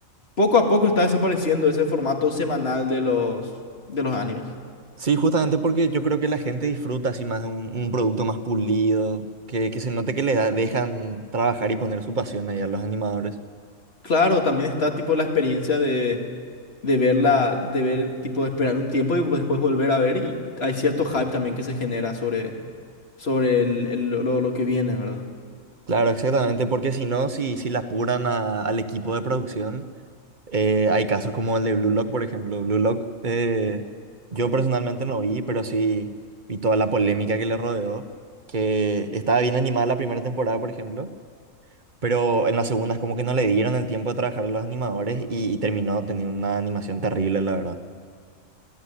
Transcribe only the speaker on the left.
Poco a poco está desapareciendo ese formato semanal de los, de los animes.
Claro, también está tipo la experiencia de, de verla, de ver, tipo, esperar un tiempo y pues, después volver a ver. Y hay cierto hype también que se genera sobre, sobre el- el- lo, lo que viene, ¿verdad?